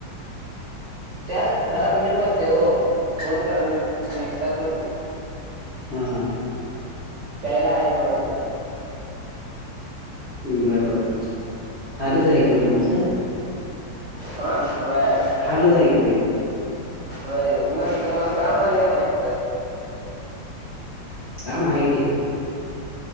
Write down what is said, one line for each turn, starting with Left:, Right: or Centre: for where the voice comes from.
Right: त्याच घरात मीच करते हो कोण करत नाही मी एकटाच करतो.
Left: हम हम
Right: प्यायला हाच बघा सगळे
Left: बर बर हालच हाय की
Right: हम्म
Left: व तुमचं
Right: हा बर
Left: हालच हाय की लई.
Right: होय मग तुम्हाला काम आले का नाही कुठं?
Left: काम आहे की